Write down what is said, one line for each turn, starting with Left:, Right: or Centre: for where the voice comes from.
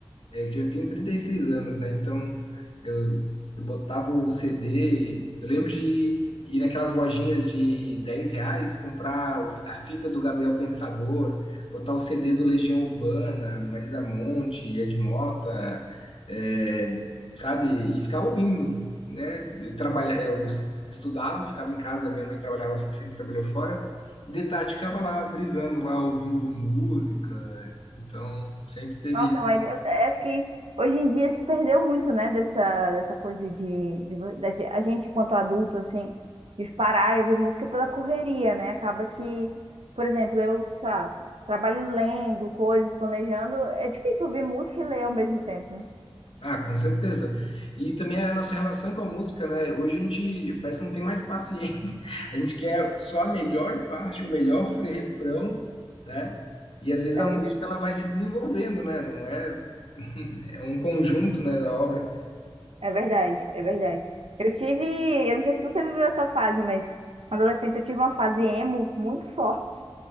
Left: é que eu tenho 36 anos, né? Então eu, eu botava o CD. Eu lembro de ir naquelas lojinhas de 10 reais, comprar o- a fita do Gabriel Pensador, botar o CD do Legião Urbana, Marisa Monte, Ed Mota, é, sabe? E ficar ouvindo, né? Eu trabalha, eu es- estudava, ficava em casa, minha mãe trabalhava, sempre trabalhou fora. E de tarde ficava lá, brisando lá, ouvindo música. Então sempre teve
Right: Nossa,
Left: isso.
Right: mas eu, eu acho que hoje em dia se perdeu muito, né, dessa, dessa coisa de, de, vo- da ge- a gente enquanto adulto, assim, de parar e ouvir música pela correria, né, acaba que, por exemplo, eu, sei lá, trabalho lendo coisas, planejando, é difícil ouvir música e ler ao mesmo tempo, né?
Left: Ah, com certeza. E também a nossa relação com a música, né? Hoje a gente parece que não tem mais paciência. <laughs> A gente quer só a melhor parte, o melhor fre- refrão, né? E às vezes a
Right: É
Left: música
Right: verdade,
Left: ela vai se desenvolvendo, né? Não é, é um conjunto, né, da obra.
Right: é verdade, é verdade. Eu tive, eu não sei se você viveu essa fase, mas na adolescência eu tive uma fase emo muito <laughs> forte.